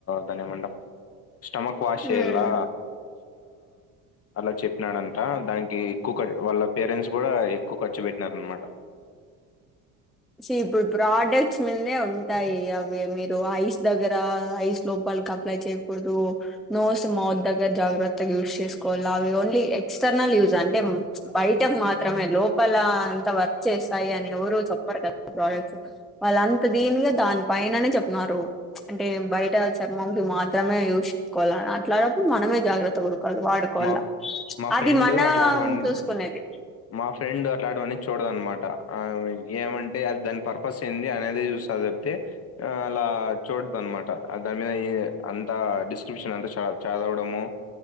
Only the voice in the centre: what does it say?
ఉమ్
సి ఇప్పుడు ప్రోడక్ట్స్ మీదే ఉంటాయి అవి మీరు ఐస్ దగ్గర ఐస్ లో పల్ కి అప్లై చేయకూడదు నోస్ మౌత్ దగ్గర జాగ్రత్తగా యూస్ చేసుకోవాలి అవి ఓన్లీ ఎక్స్టర్నల్ యూస్ అంటే బయటకు మాత్రమే లోపల అంత వర్క్ చేస్తాయి అని ఎవరుూ చెప్పారు కదా ప్రోడక్ట్స్ వాళ్ళంత దీనిగా దాని పైన అనే చెప్న్నారు అంటే బయట చర్మం కి మాత్రమే యూజ్ చేసుకోవాలని అట్లాటప్పుడు మనమే జాగ్రత్త పడుకోవాలి వాడు కోవాలా
అది
మనం
చూసుకునేది